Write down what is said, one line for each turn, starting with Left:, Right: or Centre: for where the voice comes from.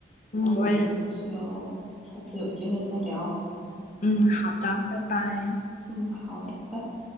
Left: 嗯，
Centre: 那我们就下次有机会再聊。
Left: 我也，嗯，好的，拜拜。
Centre: 嗯，好，拜拜。